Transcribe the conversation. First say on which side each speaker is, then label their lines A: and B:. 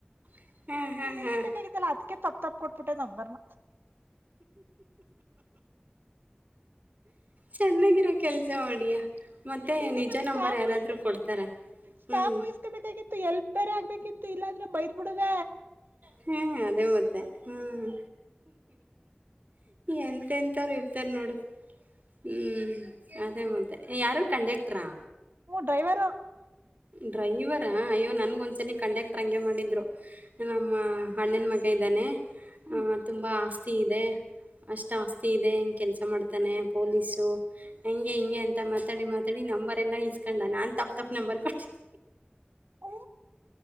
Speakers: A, on the right (about 40°); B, on the right (about 60°).
A: ಹ್ಮ್ ಹ್ಮ್
B: ಇನ್ ನಿಲ್ಸ್ಬೇಕಲ್ಲಾ
A: ಹ್ಮ್
B: ಅದ ತಪ್ಪ ತಪ್ಪ ಕೊಟ್ಬಿಟ್ಟೆ ನಂಬರ್ನ
A: ಚೆನ್ನಾಗಿರೋ ಕೆಲ್ಸ ಮಾಡಿಯಾ ಮತ್ತೆ
B: ಇನ್ನೇನು
A: ನಿಜ ನಂಬರ್
B: ಸ್ಟಾಪ್
A: ಯಾರಾದ್ರು
B: ವಹಿಸ್ಕ
A: ಕೊಡ್ತಾರ
B: ಸ್ಟಾಪ್
A: ಹ್ಮ್
B: ವಹಿಸ್ಕೋಬೇಕಾಗಿತ್ತು ಎಲ್ಪ್ ಬೇರೆ ಆಗ್ಬೇಕಿತ್ತು ಇಲ್ಲಾದ್ರೂ ಬೈದ ಬಿಡದ
A: ಹ್ಮ ಹಾ ಅದೇ ಮತ್ತೆ ಹ್ಮ್ ಎಂತೆಂಥವ್ರು ಇರ್ತಾರೆ ನೋಡು ಹ್ಞೂ ಅದೇ ಮತ್ತೆ ಯಾರು ಕಂಡಕ್ಟ್ರಾ
B: ್ರೈರ್ <unintelligible>
A: ಡ್ರೈವರಾ ಅಯ್ಯೋ ನನಗೊಂದ್ಸಲ ಕಂಡಕ್ಟ್ರ ಹಗೆ ಮಾಡಿದ್ದರು ನಮ್ಮ ಅಣ್ಣನ ಮಗ ಇದ್ದಾನೆ
B: ಹ್ಮ್
A: ತುಂಬ ಆಸ್ತಿ ಇದೆ ಅಷ್ಟು ಆಸ್ತಿ ಇದೆ ಹಂಗೆ ಕೆಲಸ ಮಾಡ್ತಾನೆ ಪೋಲಿಸು ಹಂಗೆ ಹಿಂಗೆ ಅಂತ ಮಾತಾಡಿ ಮಾತಾಡಿ ನಂಬರ್ ಎಲ್ಲ ಇಸ್ಕೊಂಡ ನಾನ್ ತಪ್ಪ ತಪ್ ನೆಂಬರ್ ಕೊಟ್ಟ
B: ಓ